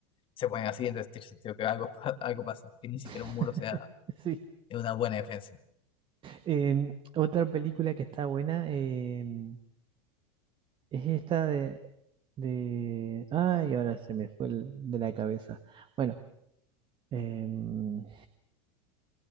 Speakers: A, on the left; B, on the right.
A: se ponen así, entonces tiene sentido que algo, pa- <laughs> algo pase, que ni siquiera
B: <laughs>
A: un muro sea
B: Sí.
A: Es una buena defensa.
B: Em, otra película que está buena em, es esta de, de... Ay, ahora se me fue el- de la cabeza. Bueno, em,